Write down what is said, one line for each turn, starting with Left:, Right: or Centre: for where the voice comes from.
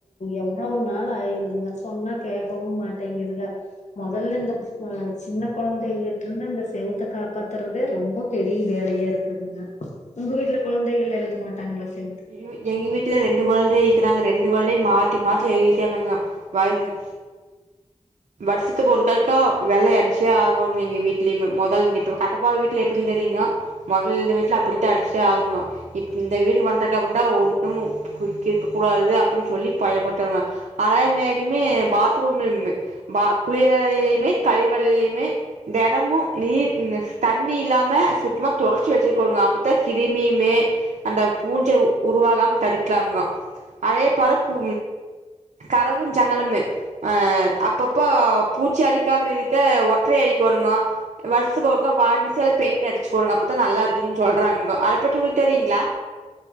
Left: எவ்வளவு நாள் ஆயருதுங்க சொன்னா கேக்கவும் மாட்டேங்குதுக முதல்ல இந்த சின்ன குழந்தைகிட்ட இருந்து இந்த செவத்தை காப்பாத்துறதே ரொம்ப பெரிய வேலையா இருக்குதுங்க உங்க வீட்டுல குழந்தைகள் எழுத மாட்டாங்களா செ
Right: ஐயோ எங்க வீட் டுல ரெண்டு குழந்தைக இக்கிறாங்க ரெண்டு குழந்தையும் மாத்தி மாத்தி எழுட்டேப்பாங்க பாருங்க வருஷத்துக்கு ஒருதாக்கா வெள்ளை அடிச்சே ஆகோம்னு எங்க வீடலயுமே முதல் இ இப்ப கட்டப்போற வீட்டல எப்டி தெரிலிங்கோ முதல்ல இருந்த வீட்டல அப்படிதா அடிச்சி ஆகணுங்கோ இப் இந்த வீடு வந்த பண்டா குண்டா ஒன்னும் கேக்க கூடாது அப்படின்னு சொல்லி பயபட்டுருவேன் அதாய மேலுமே பாத்ரூம்ல இன்னு பா குளியல் அரைலயுமே கழிவறைலுமே தினமும் நீர் தண்ணி இல்லாம சுத்தமா தொறைச்சு வச்சுக்கோனுங்க அப்பத்தான் கிருமியுமே அந்த பூஞ்சை உருவாகாம தடுக்கலாமங்கோ அதே பால பு கறவும் ஜன்னலுமு ஆஹ் அப்பப்போ பூச்சி அரிக்காம இருக்க ஒற்றரை அரிக்கோணுங்கோ வருஷத்துக்கு ஒரு கா வார்னீஷ் இல்ல பெயண்ட் அடிச்சிக்கோங்க அப்போ தான் நல்லா இருக்கும்னு சொல்கிறாங்ககோ அதுபத்தி உங்களுக்கு தெரியுங்களா